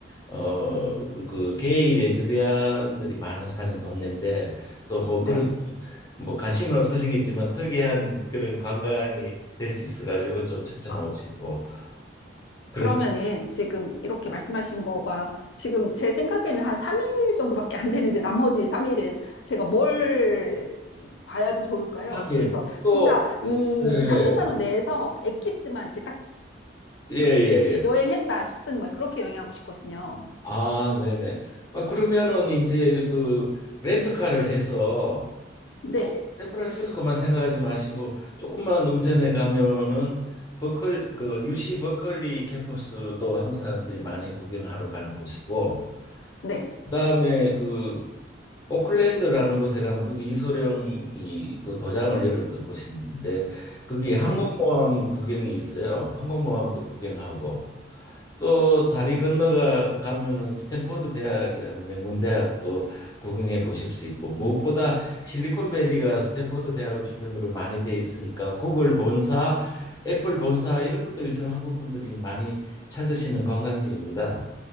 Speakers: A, on the left (about 20°); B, on the left (about 80°).
A: 어 그 게이 레즈비언들이 많은 사는 동네인데 또 뭐
B: 네.
A: 그런 뭐 관심은 없으시겠지만 특이한 그런 관광이 될 수 있어가지고 좀 추천하고
B: 아,
A: 싶고 그래서
B: 그러면은 지금 이렇게 말씀하신 거가 지금 제 생각에는 한 3일 정도밖에 안 되는데 나머지 3일은 제가 뭘 봐야지 좋을까요?
A: 다
B: 그래서
A: 또
B: 진짜 이
A: 네.
B: 300만 원 내에서 엑기스만 이렇게 딱
A: 예예예
B: 여행했다 싶은 막 그렇게 여행하고 싶거든요.
A: 아 네네 아, 그러면은 이제 그 렌트카를 해서
B: 네,
A: 꼭 샌프란시스코만 생각하지 마시고 조금만 운전해 가면은 버클 그 UC 버클리 캠퍼스도 한국 사람들이 많이 구경하러 가는 곳이고
B: 네,
A: 그다음에 그 오클랜드라는 곳에 가면 그게 이소룡이 그 도장을 열었던 곳인데 그게 항공모함
B: 네.
A: 구경이 있어요. 항공모함도 구경하고 또 다리 건너가 가면은 스탠퍼드 대학이라는 명문 대학도 구경해 보실 수 있고 무엇보다 실리콘밸리가 스탠퍼드 대학을 주변으로 많이 돼 있으니까 구글 본사, 애플 본사 이런 것도 요즘 한국 분들이 많이 찾으시는 관광지입니다.